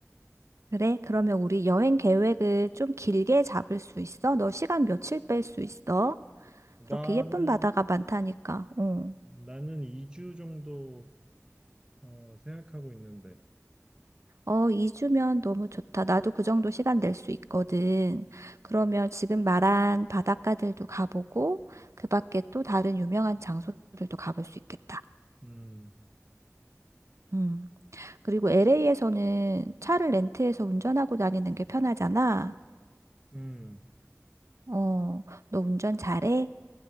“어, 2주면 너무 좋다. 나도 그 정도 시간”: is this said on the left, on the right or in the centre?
Right